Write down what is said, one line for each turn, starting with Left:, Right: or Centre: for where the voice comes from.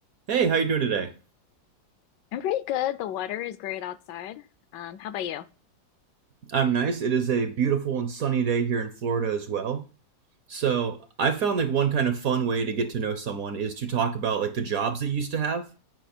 Right: Hey, how you doing today?
Left: I'm pretty good. The weather is great outside. Um, how about you?
Right: I'm nice. It is a beautiful and sunny day here in Florida as well. So I found like one kind of fun way to get to know someone is to talk about like the jobs that you used to have,